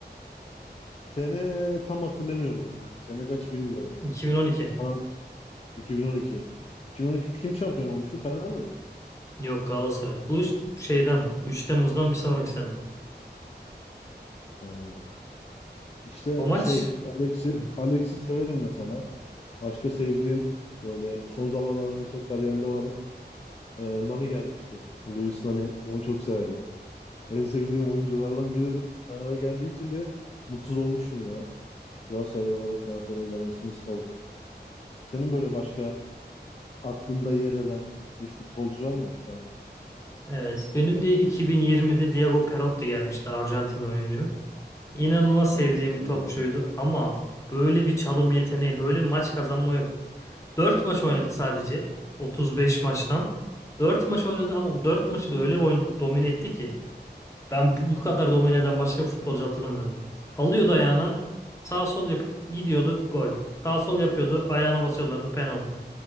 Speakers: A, on the left; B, on the left.
A: Sene tam hatırlamıyorum ya. Sene kaç bilmiyorum.
B: 2012.
A: Ha, 2012. 2012 kim şampiyon olmuştu? Fener mi?
B: Yok Galatasaray. Bu iş şeyden 3 Temmuz'dan bir sonraki sene.
A: Ha. İşte
B: O maç
A: şey Alex'i
B: Hı,
A: Alex'i severim mesela. Başka sevdiğim böyle son zamanlarda mesela kariyerli olarak Ee, Nani gelmişti. Luis Nani. Onu çok severim. En sevdiğim oyunculardan biridir. Fener'e geldiği için de mutsuz olmuştum ya. Galatasaraylı olarak Galatasaray'a gelmesini isterdim. Senin böyle başka aklında yer eden bir futbolcu var mı
B: evet benim
A: Fenerbahçe?
B: de 2020'de Diego Perotti gelmişti Arjantin oyuncu. İnanılmaz
A: Çok sakatlandı
B: sevdiğim bir topçuydu
A: ve
B: ama böyle bir çalım yeteneği, böyle bir maç kazanma yok. 4 maç oynadı sadece 35 maçtan. 4 maç oynadı ama o dört maçı da öyle bir oyun domine etti ki ben bu bu kadar domine eden başka bir futbolcu hatırlamıyordum. Alıyordu ayağına, sağ sol yapıp gidiyordu gol. Sağ sol yapıyordu, ayağına basıyorlardı penaltı.